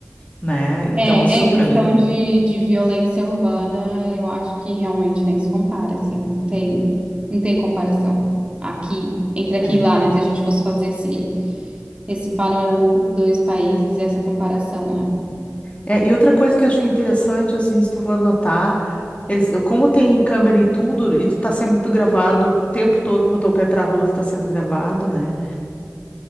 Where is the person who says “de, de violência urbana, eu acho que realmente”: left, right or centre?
Right